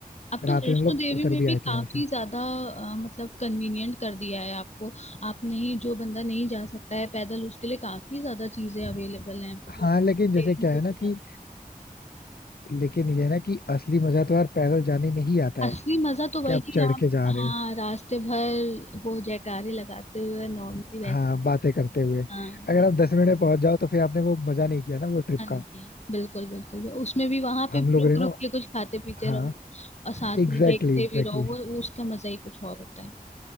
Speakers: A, on the left; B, on the left.
A: अब
B: रात
A: तो वैष्णो
B: में हम लोग
A: देवी
B: उतर
A: में
B: भी
A: भी
B: आए
A: काफी
B: थे वहां से
A: ज्यादा अ, मतलब कन्वीनियंट कर दिया है आपको आप नहीं जो बंदा नहीं जा सकता है पैदल उसके लिए काफी ज्यादा चीजें अवेलेबल हैं मतलब
B: हाँ लेकिन जैसे
A: ट्रेन
B: क्या
A: से
B: है
A: भी
B: ना कि
A: जा सकते
B: लेकिन ये है ना कि असली मजा तो यार पैदल जाने में ही आता है
A: असली मजा तो वही
B: कि आप चढ़
A: आप
B: के जा
A: हाँ
B: रहे हो
A: रास्ते भर वो जयकारे लगाते हुए नॉर्मली वैसे
B: हाँ बातें करते हुए
A: हाँ
B: अगर आप दस मिनट में पहुंच जाओ तो फिर आपने वो मजा नहीं किया ना वो ट्रिप
A: हाँ, नहीं
B: का
A: किया बिल्कुल बिल्कुल उसमें भी वहां पे
B: हम लोग
A: रुक
B: ने
A: रुक
B: ना
A: के कुछ खाते पीते
B: हाँ
A: रहो और साथ
B: एग्जैक्टली
A: में देखते
B: एग्जैक्टली
A: भी रहो वो वो उसका मजा ही कुछ और होता है